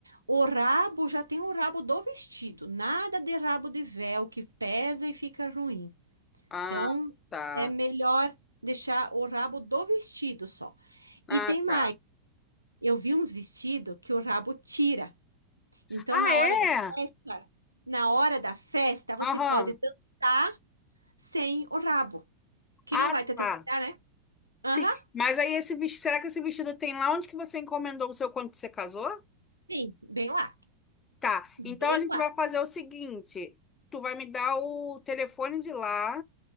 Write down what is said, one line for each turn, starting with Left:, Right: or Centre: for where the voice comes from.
Right: O rabo já tem o rabo do vestido. Nada de rabo de véu que pesa e fica ruim.
Left: Ah,
Right: Então,
Left: tá.
Right: é melhor deixar o rabo do vestido só.
Left: Ah,
Right: E tem mais,
Left: tá.
Right: eu vi uns vestidos que o rabo tira. Então,
Left: Ah,
Right: na
Left: é?
Right: hora da festa, na hora da festa, você
Left: Aham.
Right: pode dançar sem o rabo, que
Left: Ah,
Right: não vai te atrapalhar,
Left: tá.
Right: né? Aham,
Left: Sim. Mas aí esse vestido, será que esse vestido tem lá onde que você encomendou o seu quando você casou?
Right: sim, bem lá,
Left: Tá.
Right: bem
Left: Então a gente
Right: lá,
Left: vai fazer o seguinte, tu vai me dar o telefone de lá